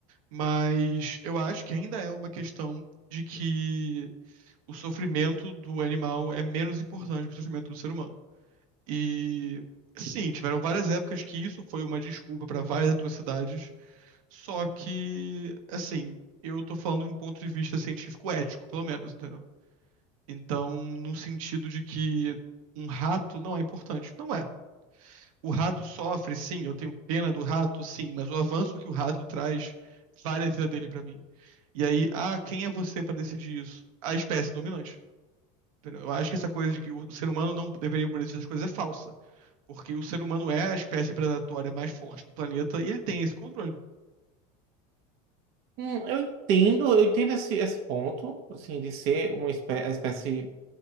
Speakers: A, on the right; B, on the right.
A: Mas eu acho que ainda é uma questão de que o sofrimento do animal é menos importante que o sofrimento do ser humano. E sim, tiveram várias épocas que isso foi uma desculpa para várias atrocidades, só que, assim, eu tô falando de um ponto de vista científico ético, pelo menos, entendeu? Então, no sentido de que um rato não é importante. Não é. O rato sofre, sim, eu tenho pena do rato, sim, mas o avanço que o rato traz vale a vida dele pra mim. E aí, ah, quem é você pra decidir isso? A espécie dominante. entendeu? Eu acho que essa coisa de que o ser humano não deveria poder decidir essas coisas é falsa, porque o ser humano é a espécie predatória mais forte do planeta e ele tem esse controle.
B: Hum, eu entendo, eu entendo esse, esse ponto, assim, de ser uma espé a espécie